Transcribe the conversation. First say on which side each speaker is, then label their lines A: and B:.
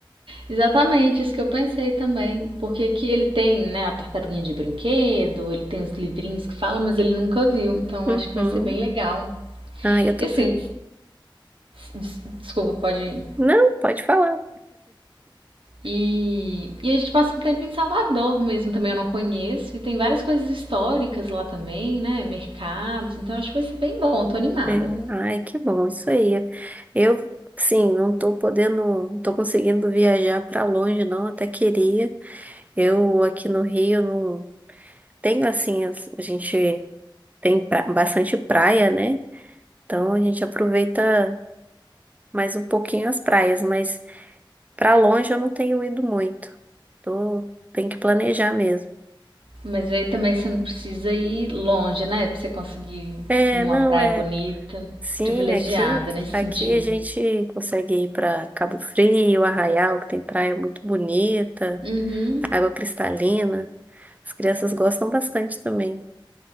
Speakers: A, on the right; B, on the right.
A: exatamente, isso que eu pensei também. Porque aqui ele tem, né, a tartaruguinha de brinquedo, ele tem os livrinhos que falam, mas ele nunca viu, então eu
B: Uhum.
A: acho que vai ser bem legal.
B: Ai, eu tô.
A: E assim, des- desculpa, pode. ir.
B: Não, pode falar.
A: E, e a gente passa um tempo em Salvador mesmo, também eu não conheço. E tem várias coisas históricas lá também, né? Mercados, então acho que vai ser bem bom, tô animada.
B: É, ai, que bom, isso aí. Eu, sim, não tô podendo, não tô conseguindo viajar para longe, não, até queria. Eu aqui no Rio não tenho assim, as- a gente tem pra- bastante praia, né? Então a gente aproveita mais um pouquinho as praias, mas pra longe eu não tenho ido muito. Tô, tem que planejar mesmo.
A: Mas aí também você não precisa ir longe, né? Pra você conseguir
B: É,
A: numa
B: não
A: praia
B: é.
A: bonita,
B: Sim,
A: privilegiada
B: aqui,
A: nesse
B: aqui
A: sentido.
B: a gente consegue ir para Cabo Frio, Arraial, que tem praia muito bonita,
A: Uhum.
B: água cristalina. As crianças gostam bastante também.